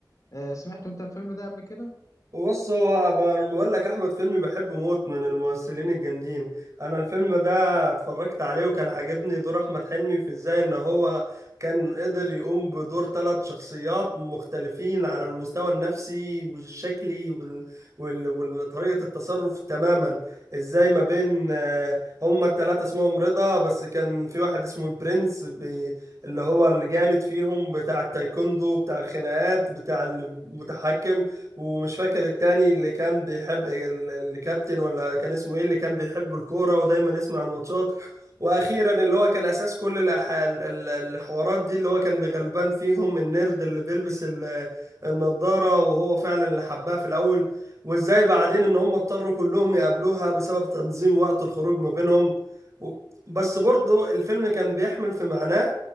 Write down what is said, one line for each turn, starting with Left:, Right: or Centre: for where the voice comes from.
Left: آه، سمعت أنت الفيلم ده قبل كده؟
Right: بص هو ب- انا بقول لك احمد فيلمي بحبه موت من الممثلين الجامدين انا الفيلم ده اتفرجت عليه وكان عاجبني دور احمد حلمي في ازاي ان هو كان قدر يقوم بدور ثلاث شخصيات مختلفين على المستوى النفسي والشكلي وال... وال... وطريقة التصرف تماما ازاي ما بين آه، هما الثلاثة اسمهم رضا بس كان في واحد اسمه البرنس ب... اللي هو الجامد فيهم بتاع التايكوندو بتاع الخناقات بتاع المتحكم ومش فاكر التاني اللي كان بيحب ال- الكابتن ولا كان اسمه ايه اللي كان بيحب الكورة ودايما يسمع الماتشات واخيرا اللي هو كان اساس كل الأح... ال- ال- الحوارات دي اللي هو كان غلبان فيهم النيرد اللي بيلبس ال- النضارة وهو فعلا اللي حبها في الاول وازاي بعدين ان هم اضطروا كلهم يقابلوها بسبب تنظيم وقت الخروج ما بينهم و- بس برضه الفيلم كان بيحمل في معناه